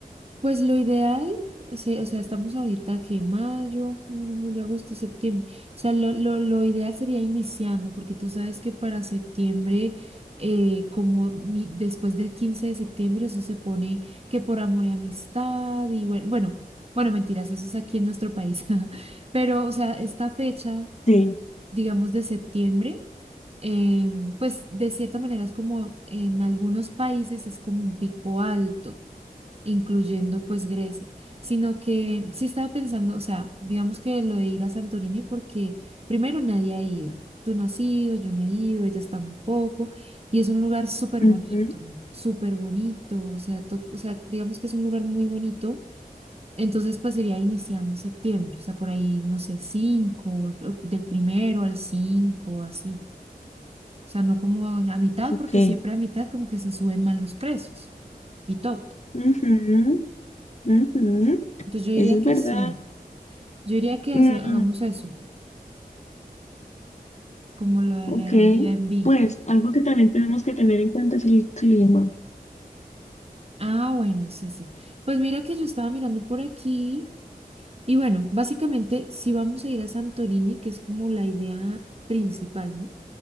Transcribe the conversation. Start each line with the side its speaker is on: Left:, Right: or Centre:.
Right: Pues lo ideal, o o sea, estamos ahorita que mayo, junio, julio, agosto, septiembre. O sea, lo, lo, lo ideal sería iniciando, porque tú sabes que para septiembre, eh, como mi- después del 15 de septiembre, eso se pone que por amor y amistad, y bueno, bueno, bueno, mentiras, eso es aquí en nuestro país. <laughs> Pero, o sea, esta fecha,
Left: Sí.
Right: digamos, de septiembre, em, pues de cierta manera es como en algunos países es como un pico alto incluyendo pues Grecia, sino que sí estaba pensando, o sea, digamos que lo de ir a Santorini porque primero nadie ha ido, tú no has ido, yo no he ido, ellas tampoco, y es un lugar súper bonito,
Left: Ujú,
Right: súper bonito, o sea, to- o sea, digamos que es un lugar muy bonito, entonces pues sería iniciando septiembre, o sea, por ahí, no sé, cinco, o- del primero al cinco, así, o sea, no como a a mitad,
Left: ok.
Right: porque siempre a mitad como que se suben más los precios y todo.
Left: Ujú, ujú,
Right: Entonces yo diría
Left: Eso es
Right: que
Left: verdad.
Right: sí. Yo diría que
Left: Mm,
Right: hace- hagamos eso, como lo del
Left: Ok,
Right: Airbnb.
Left: pues algo que también tenemos que tener en cuenta es el clima.
Right: Ah, bueno, sí, sí. Pues mira que yo estaba mirando por aquí y bueno, básicamente si vamos a ir a Santorini, que es como la idea principal, ¿no?